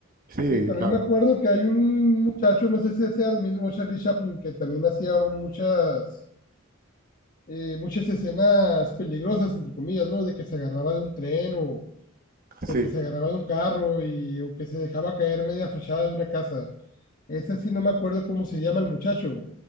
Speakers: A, on the right; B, on the left.
A: Sí,
B: Y también
A: la,
B: me acuerdo que hay un muchacho, no sé si sea el mismo Charlie Chaplin, que también hacía muchas, eh, muchas escenas peligrosas, entre comillas, ¿no? De que se agarraba de un tren o, o
A: sí.
B: que se agarraba de un carro y, o que se dejaba caer media fachada de una casa. Ese sí no me acuerdo cómo se llama el muchacho.